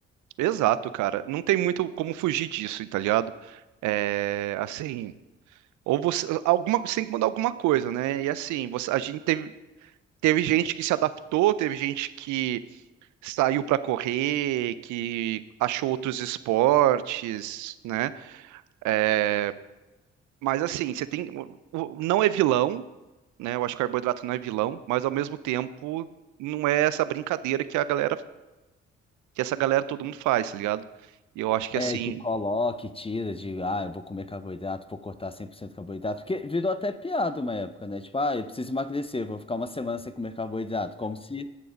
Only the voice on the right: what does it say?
Exato, cara. Não tem muito como fugir disso, tá ligado? É, assim, ou você, alguma, você tem que mandar alguma coisa, né? E assim, você, a gente teve, teve gente que se adaptou, teve gente que saiu pra correr, que achou outros esportes, né? É, Mas assim, você tem, o- o- não é vilão, né? Eu acho que o carboidrato não é vilão, mas ao mesmo tempo não é essa brincadeira que a galera, que essa galera todo mundo faz, tá ligado? E eu acho que
assim,